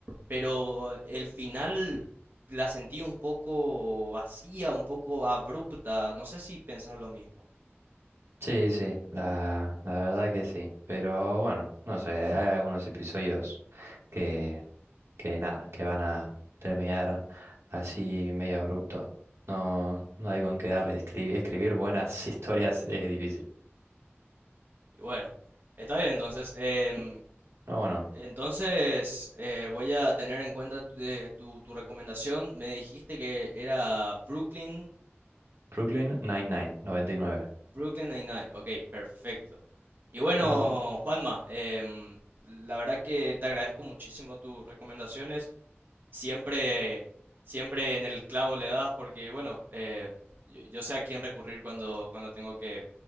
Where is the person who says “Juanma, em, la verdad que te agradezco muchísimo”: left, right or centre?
Right